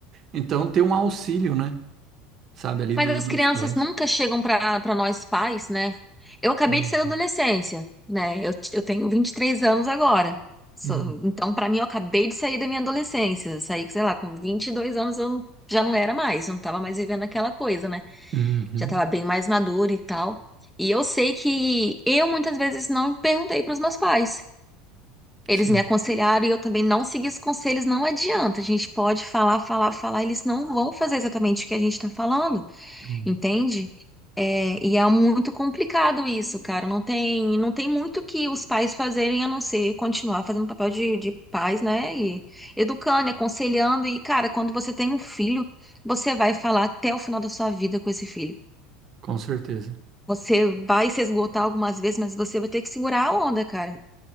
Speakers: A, on the right (about 40°); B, in the centre.
A: Então ter um auxílio, né? Sabe, ali
B: Mas
A: do-
B: as
A: dos
B: crianças
A: pais.
B: nunca chegam para para nós pais, né? Eu acabei
A: Uhum.
B: de sair da adolescência, né? Eu, t- eu tenho 23 anos agora. Sou-
A: Uhum.
B: então, para mim, eu acabei de sair da minha adolescência. Saí, sei lá, com 22 anos eu não- já não era mais, eu não estava mais vivendo aquela coisa, né?
A: Uhum.
B: Já estava bem mais madura e tal. E eu sei que eu muitas vezes não perguntei para os meus pais. Eles
A: Sim,
B: me aconselharam e eu também não segui os conselhos, não adianta. A gente pode falar, falar, falar, eles não vão fazer exatamente o que a gente está falando.
A: Uhum.
B: Entende? É, e é muito complicado isso, cara. Não tem, não tem muito que os pais fazerem a não ser continuar fazendo o papel de, de pais, né? E educando, e aconselhando. E, cara, quando você tem um filho, você vai falar até o final da sua vida com esse filho.
A: com certeza,
B: Você vai se esgotar algumas vezes, mas você vai ter que segurar a onda, cara.